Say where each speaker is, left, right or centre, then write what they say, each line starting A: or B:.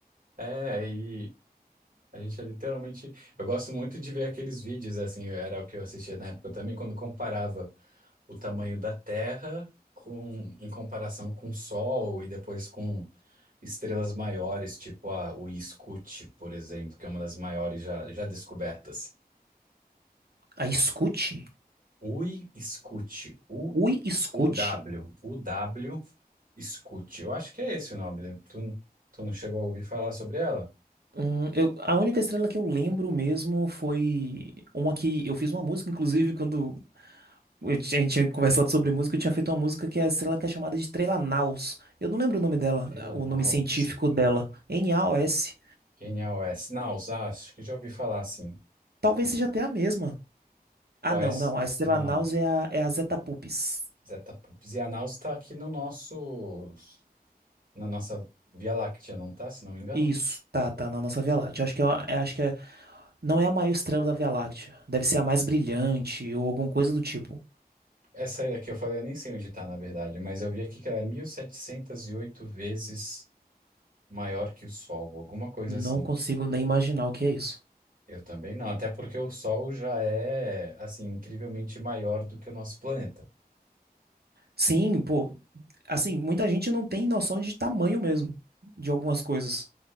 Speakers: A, on the right; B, on the right.
A: É, e a gente é literalmente. Eu gosto muito de ver aqueles vídeos, assim, era o que eu assistia na época também, quando comparava o tamanho da Terra com, em comparação com o Sol e depois com estrelas maiores, tipo a Uiscute, por exemplo, que é uma das maiores já, já descobertas.
B: Aí escute.
A: Uiscute, U,
B: Ui, escute.
A: UW, UW Scoot. Eu acho que é esse o nome, né? Tu, tu não chegou a ouvir falar sobre ela?
B: Hum, eu, a única estrela que eu lembro mesmo foi uma que eu fiz uma música, inclusive, quando Eu ti- A gente tinha conversado sobre música, eu tinha feito uma música que a estrela que é chamada de Estrela Naus. Eu não lembro o nome dela,
A: Estrela
B: o
A: Naus.
B: nome científico dela. N-A-O-S.
A: Quem é OS? Naus, ah, acho que já ouvi falar assim.
B: Talvez seja até a mesma. Ah,
A: OS?
B: não, não. A Estrela
A: Não.
B: Naus é a, é a Zeta Pupis.
A: Zetapups. E a Naus tá aqui no nosso. Na nossa Via Láctea, não tá? Se não me engano.
B: Isso, tá, tá na nossa Via Láctea. Acho que é, uma- é- acho que é, não é a maior estrela da Via Láctea. Deve ser a mais brilhante ou alguma coisa do tipo.
A: Essa aí daqui eu falei, eu nem sei onde tá, na verdade, mas eu vi aqui que ela é 1708 vezes maior que o Sol, alguma coisa
B: Não
A: assim.
B: consigo nem imaginar o que é isso.
A: Eu também não, até porque o Sol já é, assim, incrivelmente maior do que o nosso planeta.
B: Sim, pô, assim, muita gente não tem noção de tamanho mesmo de algumas coisas.